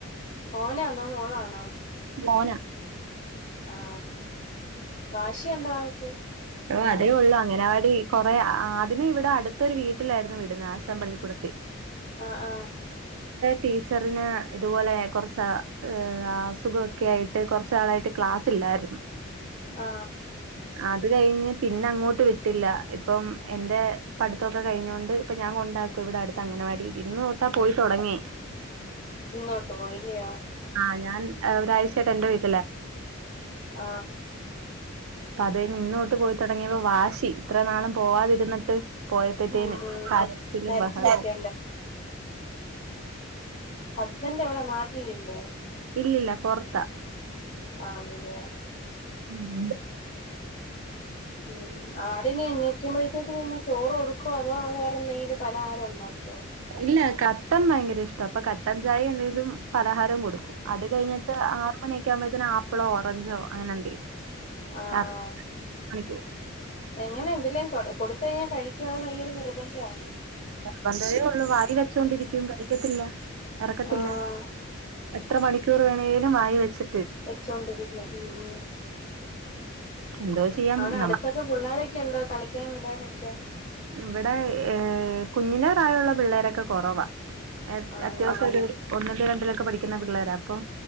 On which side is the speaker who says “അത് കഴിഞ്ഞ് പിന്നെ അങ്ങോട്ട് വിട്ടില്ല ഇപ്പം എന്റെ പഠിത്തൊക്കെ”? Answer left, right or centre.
Right